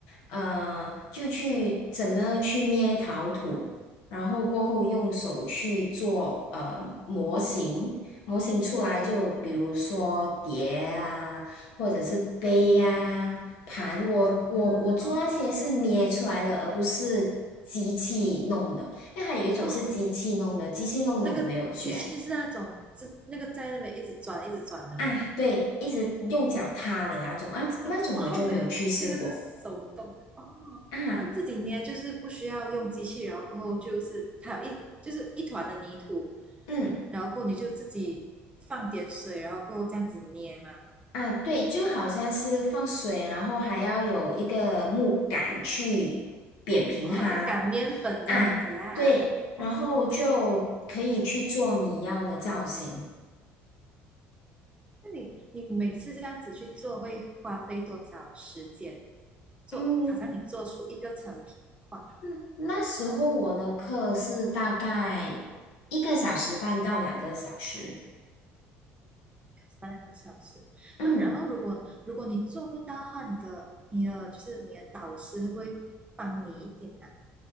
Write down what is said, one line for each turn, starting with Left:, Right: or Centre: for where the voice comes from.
Left: 呃，就去怎么去捏陶土，然后过后用手去做呃模型，模型出来就比如说碟啊，或者是杯呀盘，
Right: 飞呀、
Left: 我我我做那些是捏出来的，
Right: 完了哦
Left: 而不是机器弄的，因为还有一种是机器弄的，
Right: 哦，
Left: 机器弄的我没有学。
Right: 那个机器是那种是那个在那边一直转一直转的吗？
Left: 啊，对，一直用脚踏的那种啊，
Right: 哦
Left: 那种我就没有去试过
Right: 哦，那个那个是手动的哦，
Left: 啊。
Right: 那自己捏就是不需要用机器，然后过后就是它有一就是一团的泥土，
Left: 嗯
Right: 然后过后你就自己放点水，然后过后这样子捏嘛。
Left: 啊，对，就好像是放水，然后还要有一个木杆去扁平它
Right: 哦，好像擀面粉这样子啊。
Left: 啊，对，然后就可以去做你要的造型。
Right: 哦，那你你每次这样子去做，会花费多少时间？做，
Left: 嗯
Right: 好像你做出一个成品的话，要
Left: 嗯，那时候我的课是大概一个小时半到两个小时。
Right: 三两个小时。
Left: 嗯。
Right: 那然后如果如果你做不到的话，你的你的就是你的导师会不会帮你一点啊？